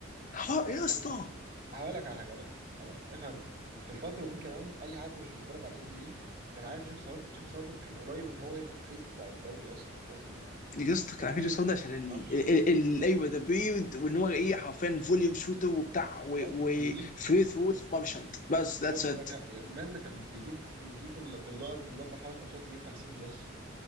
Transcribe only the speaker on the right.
بس
هقول لك على حاجة هقول لك على حاجة هقول لك على حاجة. افهم في الفترة دي كمان أي حد مش بيتفرج على الان بي اي كان عارف جيمس هاردن جيمس هاردن كان قريب إن هو يبقى الفيس بتاع الدوري أصلا في الفترة دي
كبير
معرفش
إيه
بالظبط
بيجيب
الراجل
آه، كان- مان ده كان بيجيب بيجيب بال- بالله بالأربع خمس ماتشات يجيب 50 بلس